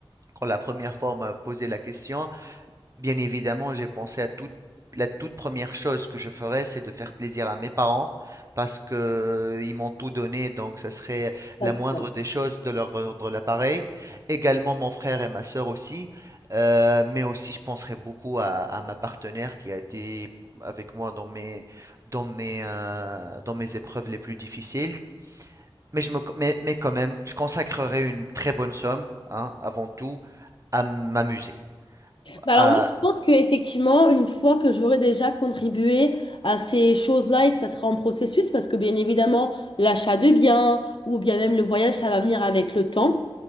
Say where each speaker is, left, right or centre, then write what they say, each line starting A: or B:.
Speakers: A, on the right; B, on the left.
A: quand la première fois on m'a posé la question, bien évidemment, j'ai pensé à toute la toute première chose que je ferais, c'est de faire plaisir à mes parents parce que euh, ils m'ont tout donné, donc ça serait
B: Exactement.
A: la moindre des choses de leur rendre l'appareil. Également mon frère et ma sœur aussi, euh, mais aussi je penserais beaucoup à, à ma partenaire qui a été avec moi dans mes, dans mes, euh, dans mes épreuves les plus difficiles. Mais, je me, mais, mais quand même, je consacrerai une très bonne somme, hein, avant tout, à m'amuser.
B: Bah
A: À-
B: alors moi, je pense qu'effectivement, une fois que j'aurai déjà contribué à ces choses-là et que ça sera en processus, parce que bien évidemment, l'achat de biens ou bien même le voyage, ça va venir avec le temps.